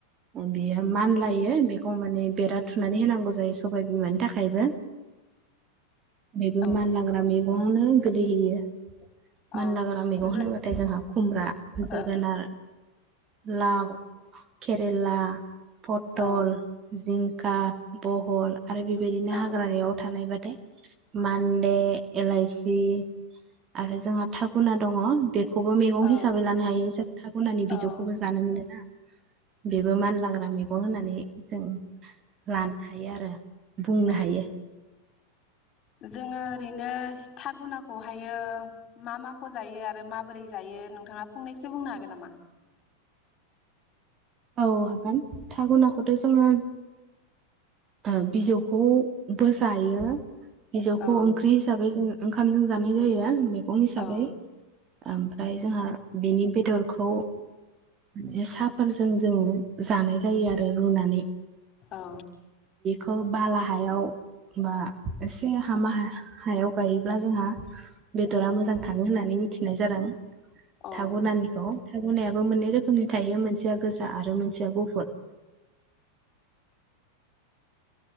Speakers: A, on the right; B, on the left.
A: ओम बेयो मानलायो बेखौ माने बेरा थुनानै होनांगौ जायो सबाय बिमानि थाखायबो। <inaudible> बेबो
B: औ
A: मानलाग्रा मैगङावनो गोलैहैयो।
B: औ
A: मानलाग्रा मैगं
B: जों
A: होनोबाथाय जोंहा खुमब्रा जोगोनार
B: ओं
A: लाव, खेरेला, पटल,
B: औ
A: जिंख खा, बहल आरो बेबायदिनो
B: औ
A: हाग्रानियाव थानाय बाद मान्दे, एलायसि आरो जोंहा थागुना दङ बेख खौबो मेगं
B: औ
A: हिसाबै लानो हायो जों थागुनानि
B: औ
A: बिजौखौबो जानो मोनोना बेबो मानलाग्रा मेगं होननानै जों लानो हायो आरो बुंनो
B: औ
A: हायो।
B: जोङो ओरैनो थागुनाखौहायो मा माखौ जायो आरो माबोरै जायो नोंथाङा फंनैसो बुंनो हागोन नामा?
A: औ हागोन थागुनाखौथ' जोङो ओ बिजौखौ बो जायो। बिजौखौ
B: औ
A: ओंख्रि हिसाबै जों ओंखामजों जानाय जायो मैगं हिसाबै।
B: औ
A: ओमफ्राय जोंहा बेनि बेदरखौ बेयो सा पोरज जों जों जानाय जायो आरो रुनानै।
B: औ
A: खौ बाला हायाव बा एसे हामा हा हायाव गायोब्ला जोंहा बेदरा मोजां थाङो होननानै मिथिनाय जादों
B: औ
A: थागुनानिखौ थागुनायाबो मोननै रोखोमनि थायो। मोनस सेया गोजा आरो मोनसेया गुफुर।